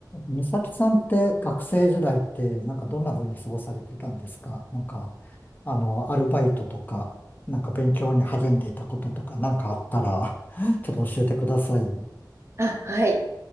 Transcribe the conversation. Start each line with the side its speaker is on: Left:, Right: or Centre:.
Left: 美咲さんって学生時代ってなんかどんな風に過ごされてたんですかなんか、あの、アルバイトとか、なんか勉強に励んでいたこととかなんかあったら <laughs> ちょっと教えてください。
Right: あ、はい。